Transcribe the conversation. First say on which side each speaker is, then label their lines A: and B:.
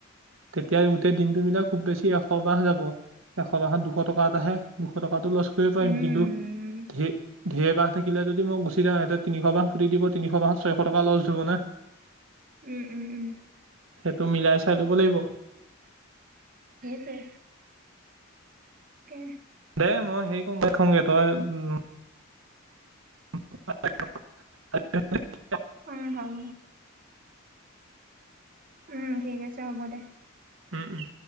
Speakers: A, on the right; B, on the right.
A: তেতিয়া গোটেই দিনটো মিলাক খুব বেছি এশ বাহ যাব। এশ বাহত দুশ টকা এটা হে। দুশ টকাটো লচ কৰিব
B: উম
A: পাৰিম কিন্তু ঢে-ঢেৰ বাহ থাকিলে যদি মই গুচি যওঁ, সিহঁতে তিনিশ বাহ পুতি দিব তিনিশ বাহ ছয়শ টকা লছ হ'ব না।
B: উম, উম, উম।
A: টো মিলাই চাই ল'ব লাগিব।
B: সেইটোৱে। কে।
A: দে মই হেৰি কুৰুং গৈ, থৌঞ্জে তই <unintelligible>
B: উম, হব। উম, ঠিক আছে হ'ব দে।
A: উম, উম।